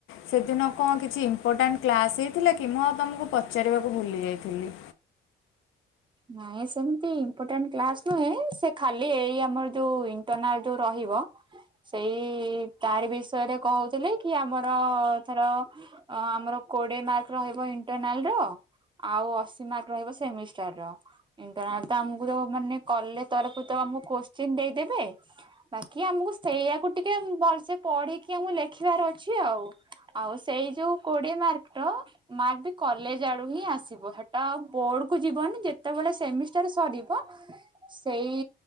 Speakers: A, on the left (about 85°); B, on the right (about 25°).
A: ସେଦିନ କଣ କିଛି ଇମ୍ପୋର୍ଟାଣ୍ଟ କ୍ଲାସ୍ ହେଇଥିଲା କି ମୁଁ ଆଉ ତୁମକୁ ପଚାରିବାକୁ ଭୁଲି ଯାଇଥିଲି।
B: ନାଇଁ ସେମିତି ଇମ୍ପୋର୍ଟାଣ୍ଟ କ୍ଲାସ ନୁହେଁ ସେ ଖାଲି ଏଇ ଆମର ଯୋଉ ଇଣ୍ଟରନାଲ ଯୋଉ ରହିବ ସେଇ ତାର ବିଷୟରେ କହୁଥିଲେ କି ଆମର ଏ ଥର ଅ ଆମର କୋଡ଼ିଏ ମାର୍କ ରହିବ ଇଣ୍ଟରନାଲର ଆଉ ଅଶୀ ମାର୍କ ରହିବ ସେମିଷ୍ଟରର ଇଣ୍ଟରନାଲ ତ ଆମକୁ ମାନେ କଲେଜ ତରଫରୁ ତ ଆମକୁ କୋଶ୍ଚିନ୍ ଦେଇଦେବେ ବାକି ଆମକୁ ସେଇଆକୁ ଟିକେ ଭଲସେ ପଢିକି ଆମକୁ ଲେଖିବାର ଅଛି ଆଉ। ଆଉ ସେଇ ଯଉ କୋଡିଏ ମାର୍କ ର ମାର୍କ ବି କଲେଜ ଆଡୁ ହିଁ ଆସିବ ସେଟା ଆଉ ବୋର୍ଡ କୁ ଯିବନି ଯେ ଯେତେବେଳେ ସେମିଷ୍ଟାର ସରିବ ସେଇ